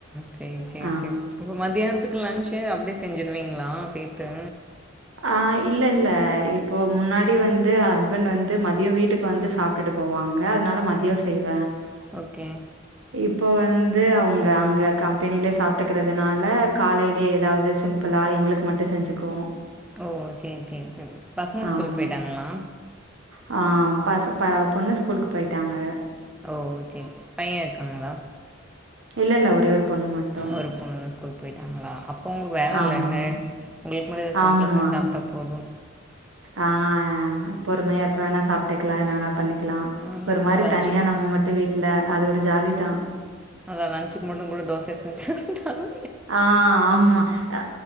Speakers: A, in the centre; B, on the right (about 70°).
A: சேரி சேரி
B: ஆ
A: சேரி அப்ப மதியானத்துக்கு லன்ச் க்கு அப்டியே செஞ்சிருவீங்ளா சேத்து
B: ஆ இல்ல இல்ல இப்போ முன்னாடி வந்து ஹஸ்பண்ட் வந்து ம தியோ வீட்டுக்கு வந்து சாப்ட்டுட்டு போவாங்க அதனால மதியோ செய்வ
A: ஓகே
B: இப்போ வந்து அவுங்க அங்க கம்பெனிலயே சா ட்டுக்கறதுனால காலைலயே எதாவது சிம்பிளா எங்களுக்கு மட்டு செஞ்சுக்குவோ
A: ஓ சேரி சேரி சேரி பசங்க
B: ஆமா.
A: ஸ்கூல்க் போயிட்டாங்ளா
B: ஆ பச ப பொண்ணு ஸ்கூலுக்கு போயிட்டாங்க
A: ஓ சேர் பையன் இருக்காங்ளா
B: இல்லல்ல ஒரே ஒரு பொண்ணு மட்டும்.
A: ஒரு பொண்ணுதா ஸ்கூல் போயிட்டாங்ளா அப்ப உங்ளுக் வேல இல்ல
B: ஆமா,
A: என்ன உங்ளுக்கு மட்டு எதா சிம்பிளா
B: ஆமா.
A: செஞ்சு சாப்ட்டா போது
B: ஆ பொறுமயா எப்ப வேணா சாப்ட்டுக்லா என்ன வேணா பண்ணிக்லா
A: வந்து
B: ஒரு
A: இன்னும்
B: மாரி
A: லஞ்சு
B: தனியா
A: கூட
B: நம்ம ம ட்டு வீட்ல அது ஒரு ஜாலிதா
A: அதா லன்சுக்கு மட்டு கூட தோச செஞ்சு சாப்ட்டாலு
B: ஆ ஆமா அ